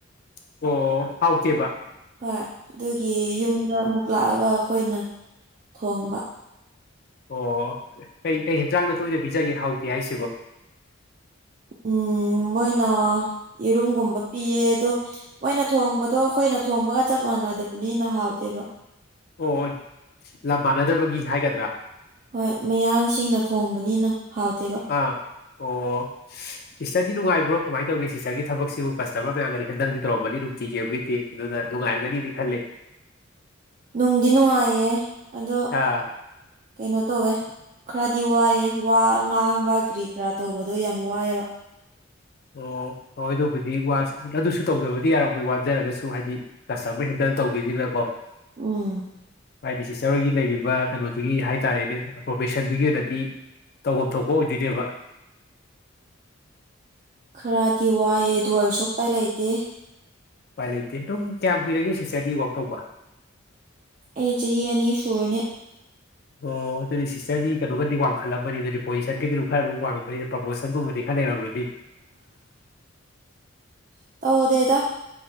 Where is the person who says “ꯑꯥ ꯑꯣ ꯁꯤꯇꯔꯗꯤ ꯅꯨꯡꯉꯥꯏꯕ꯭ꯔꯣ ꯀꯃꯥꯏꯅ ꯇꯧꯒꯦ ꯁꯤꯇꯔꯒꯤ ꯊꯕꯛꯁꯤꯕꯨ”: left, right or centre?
Left